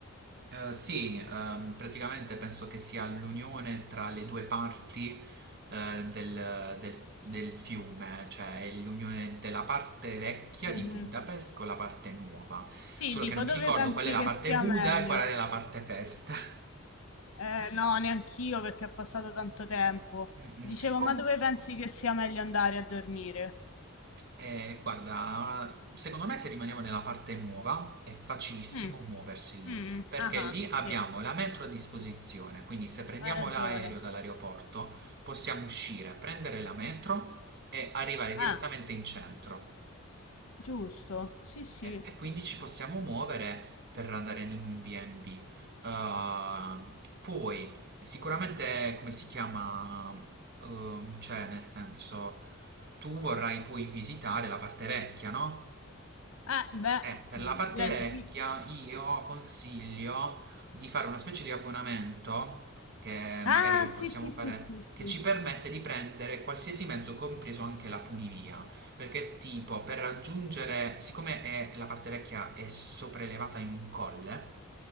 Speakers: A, on the right; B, on the left.
A: Eh, sì, ehm, praticamente penso che sia l'unione tra le due parti eh, del, del- del fiume, cioè è l'unione della parte vecchia
B: Mhm.
A: di Budapest con la parte nuova.
B: Sì,
A: Solo
B: dico,
A: che non mi
B: dove
A: ricordo
B: pensi
A: qual è la
B: che
A: parte
B: sia
A: Buda
B: meglio?
A: e qual è la parte Pest. <laughs>
B: Eh, no, neanch'io perché è passato tanto tempo.
A: Mm,
B: Dicevo,
A: mm. Con-
B: ma dove pensi che sia meglio andare a dormire?
A: Eh, guarda, secondo me se rimaniamo nella parte nuova è facilissimo
B: Mm,
A: muoversi lì,
B: mm,
A: perché
B: ah, ah,
A: lì abbiamo
B: sì,
A: la metro a disposizione, quindi se prendiamo
B: hai ragione.
A: l'aereo dall'aeroporto possiamo uscire, prendere la metro e arrivare direttamente
B: Ah,
A: in centro
B: giusto, sì, sì.
A: e, e quindi ci possiamo muovere per andare in un B&B. Uh, poi sicuramente come si chiama, Ehm, cioè nel senso tu vorrai poi visitare la parte vecchia, no?
B: Eh, beh,
A: Eh, per la parte
B: direi
A: vecchia
B: di sì.
A: io consiglio di fare una specie di abbonamento, che
B: Ah,
A: magari lo
B: sì,
A: possiamo
B: sì, sì,
A: fare,
B: sì, sì.
A: che ci permette di prendere qualsiasi mezzo, compreso anche la funivia. Perché tipo, per raggiungere, siccome è- la parte vecchia è sopraelevata in un colle,